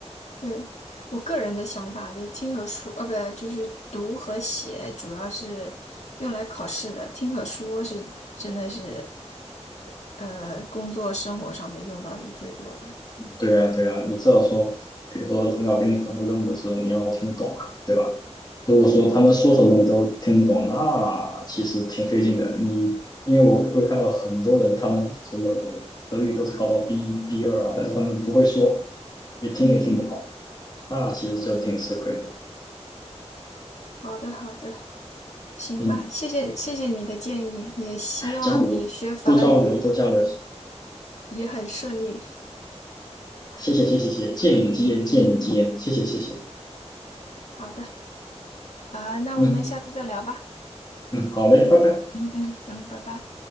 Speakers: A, on the left; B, on the left.
A: 对，我个人的想法，就听和说，呃，不，就是读和写，主要是用来考试的，听和说是真的是，呃，工作生活上面用到是最多的。
B: 对啊，对啊，你至少说，比如说领导给你吩咐任务的时候，你要听得懂啊，对吧？如果说他们说什么你都听不懂，
A: 对，
B: 那其实挺费劲的。你因为我会看到很多人，他们什么德语都是考到 B B 二啊，但是他们不会说，也听也听不好，
A: 嗯，
B: 那其实就挺吃亏的。
A: 好的，好的，行吧，
B: 嗯。
A: 谢谢，谢谢你的建议，也希望你学法语
B: 交流，多交流，多交流。
A: 也很顺利。
B: 谢谢，谢谢，谢谢，见你吉言，见你吉言，谢谢，谢谢。
A: 好的，啊，那我们下次再聊吧。
B: 嗯嗯，好嘞，拜拜。
A: 嗯嗯嗯，拜拜。